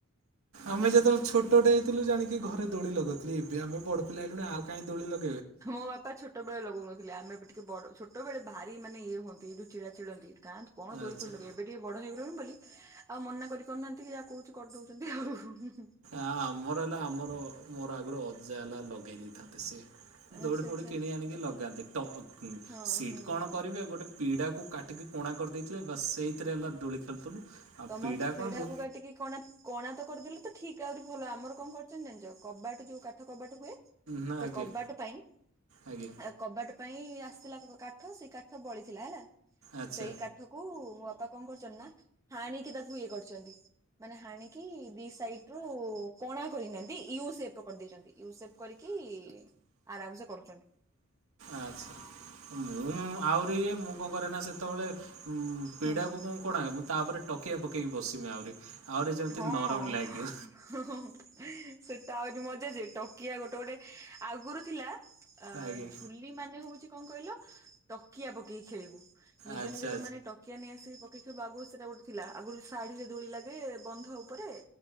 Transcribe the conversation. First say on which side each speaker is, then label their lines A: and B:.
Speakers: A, on the right; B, on the right.
A: ଆମେ ଯେତେବେଳେ ଛୋଟଟେ ହେଇଥିଲୁ ଜାଣି କି ଘରେ ଦୋଳି ଲଗଥିଲ ଏବେ ଆମେ ବଡ ପିଲା ହେଲଣି ଆଉ କାଇଁ ଦୋଳି ଲଗ
B: ମୋ ବାପା ଛୋଟବେଳେ ଲଗଉନଥିଲେ ଆମେ ଟିକେ ବଡ ଛୋ୍ ଛୋଟବେଳେ ଭାରି ମାନେ ଇଏ ହୁଅନ୍ତି ଦୁ ଚିଡ଼ା ଚିଡନ୍ତି। କା କଣ ଦୋଳି ଦୋଳି
A: ଆଚ୍ଛା।
B: ଫୋଳି ଲଗେଇବେ ଏବେ ଟିକେ ବ ହେଇଗଲୁଣି ବୋଲି ଆଉ ମନା କରିପାରୁନାହାନ୍ତି। ଟିକେ ଯାହା କହୁଛି କରିଦଉଛନ୍ତି ଆଉ
A: ଆମର ହେଲା ଆମର ମୋର ଅଜା ହେଲା ଲଗେଇ ଦେଇଥାନ୍ତେ ସେ ଦୌଡି
B: ଆଚ୍ଛା
A: ଫୈଡି
B: ଆଚ୍ଛା।
A: କିଣି ଆଣିକି ଲଗାନ୍ତି
B: ହଁ
A: ସିଟ
B: ହଁ।
A: କଣ କରିବେ ଗୋଟେ ପିଡ଼ାକୁ କାଟିକି କଣା କରିଦେଇଥିଲେ ବା ସେଇଥିରେ ଆମେ ଦୋଳି ଖେଳୁଥିଲୁ ଆଉ
B: ତମର
A: ପିଡ଼ା
B: ତ ପିଢାକୁ
A: କଣ ମୁଁ
B: କାଟିକି କଣା କଣା ତ କରିଦେଲେ ତ ଠିକ ଆହୁରି ଭଲ ଆମର କଣ କରୁଛନ୍ତି ଜାଣିଛ କବାଟ ଯୋଉ କାଠ କବାଟ ହୁଏ
A: ନା
B: ସେ
A: ଆଜ୍ଞା
B: କବାଟ ପାଇଁ
A: ଆଜ୍ଞା
B: ଆ କବାଟ ପାଇଁ ଆସିଥିଲା କାଠ ସେଇ କାଠ ବଳିଥିଲା ହେଲା
A: ଆଚ୍ଛା
B: ସେଇ କାଠ କ ମୋ ବାପା କଣ କରୁଛନ୍ତି ନା ହାଣିକି ତାକୁ ଇଏ କରିଛନ୍ତି। ମାନେ ହାଣିକି ଦି ସାଇଟି୍ ରୁ କଣା କରିନାହାନ୍ତି ୟୁ ସେପ୍ ର କରିଦେଇଛନ୍ତି। ୟୁ ସେପ୍ କରିକି ଆରାମ ସେ କରୁଛନ୍ତି।
A: ଆଛା ମୁଁ ଆହୁରି ଇଏ ମୁଁ କଣ କରେ ନା ସେ ସେତେବେଳେ ପୀଢ଼ା
B: ହୁଁ।
A: କୁ କଣ କଣା ମୁଁ ତା ଉପରେ ତକିଆ ପକେଇକି ବସିବି ଆହୁରି। ଆହୁରି ଯେମିତି
B: ହଁ
A: ନରମ ଲାଗିବ।
B: ସେଟା ଆହୁରି ମଜା ଯେ ତକିଆ ଗୋଟେ ଗୋଟେ ଆଗରୁ ଥିଲା। ଆ
A: ଆଜ୍ଞା
B: ଝୁଲି ମାନେ ହଉଛି କଣ କହିଲ ତକିଆ ପକେଇକି ଖେଳିବୁ। ନିଜ
A: ଆଚ୍ଛା
B: ନିଜର
A: ଆଚ୍ଛା
B: ମାନେ ତକିଆ ନେଇ ଆସିକି କିକି ବାଗୁ ସେଟା ଗୋଟ ଥିଲା ଆଗରୁ ଶାଢୀରେ ଦୋଳି ଲାଗି ଏ ବନ୍ଧ ଉପରେ